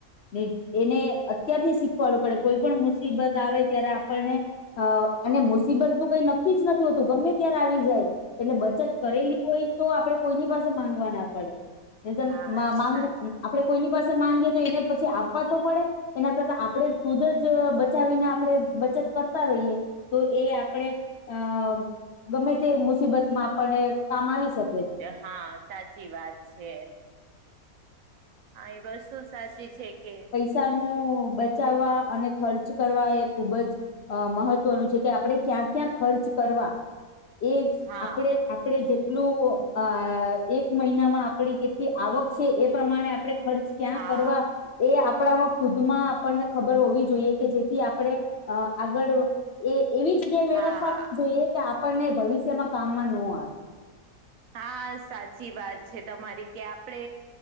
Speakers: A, on the left; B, on the right.
A: ને, એને અત્યારથી શીખવાડું પડે કોઈપણ મુસીબત આવે ત્યારે આપણને અ, અને મુસીબત નું કઈ નક્કી જ નથી હોતું ગમે ત્યારે આવી જાય એટલે બચત કરેલી હોય તો આપડે કોઈની પાસે માંગવા ના પડે. <unintelligible>
B: હા
A: માં
B: સાચું
A: માંગવુ,
B: છે
A: આપડે કોઈની પાસે માંગીએ તો એને પછી આવવા તો પડે એના કરતા આપડે ખુદ જઅ બચ ચાવીને આપડે બચત રહીએ, તો એ આપણેે, અ ગમે તે મુસીબત માં આપણને, કામ આવી શકે છે.
B: હા, સાચી વાત છે. હા, એ વસ્તુ સાચી છે કે
A: તનું બચાવવા અને ખર્ચ કરવા એ ખુબ જ અ મહત્વનું છે કે આપડે ક્યાં ક્યા ખર્ચ કરવા, એ,
B: હા
A: આપડે આપડે જેટલું, અ, એક મહિનામાં આપડી કેટલી આવક સે, એ પ્રમાણે આપણે ખર્ચ ક્યાં
B: હા
A: કરવા? એ આપણામાં ખુદમાં આપણને ખબર હોવી જોઈએ કે જેથી આપણે, અ આગળ એ એવી જગ્યાએ
B: હા
A: વેડફવા નો જોઈએ કે આપણને ભવિષ્યમાં કામમાં નો આવે.
B: હા સાચી વાત છે તમારી કે આપડે